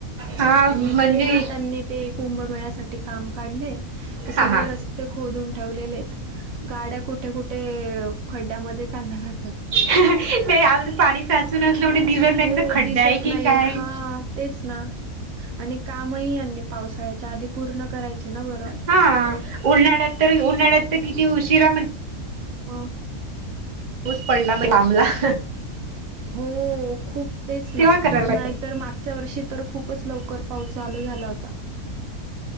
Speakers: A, on the right; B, on the right.
A: हा
B: आणि
A: म्हणजे
B: इकडे ना त्यांनी ते कुंभमेळ्यासाठी काम काढले तर सगळे
A: हा हा
B: रस्ते खोदून ठेवलेले आहेत. गाड्या कुठे- कुठे खड्ड्यामध्ये मध्ये चालल्या जातात.
A: <inaudible> तेऊन पाणी साचून असलं म्हटलं दिवे नाही
B: हो
A: खड्डा
B: दिसत
A: आहे
B: नाही
A: की काय
B: हा तेच ना आणि काम ही यांनी पावसाळ्याच्या आधी पूर्ण करायचे ना बरं.
A: हा उन्हाळ्यात तर उन्हाळ्यात तर किती उशिरा म्हण
B: ह <unintelligible>
A: तूच पडला मग लांबला <inaudible>
B: हो खूप तेच
A: तेव्हा
B: ना
A: करायला
B: <inaudible> मॅगी. तर मागच्या वर्षी <inaudible> तर खूपच लवकर पाऊस चालू झाला होता.